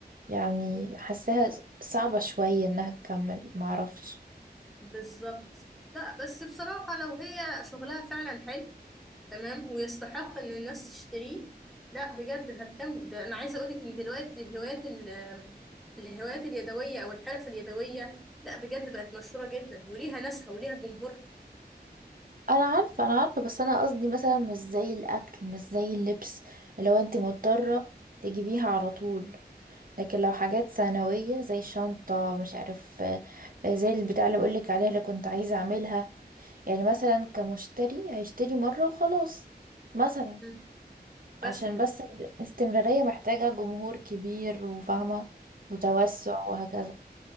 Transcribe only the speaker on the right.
يعني حاساها صعبة شوية انها تكمل معرفش
انا عارفة انا عارفة بس انا قصدي مثلا مش زي الاكل مش زي اللبس لو انت مضطرة تجيبيها على طول لكن لو حاجات ثانوية زي شنطة مش عارف آه، آه، زي البتاع اللي بقولك عليها اللي كنت عايزة اعملها يعني مثلا كمشتري هيشتري مرة وخلاص مثلا
عشان بس الاستمرارية محتاجة جمهور كبير وفاهمة وتوسع وهكذا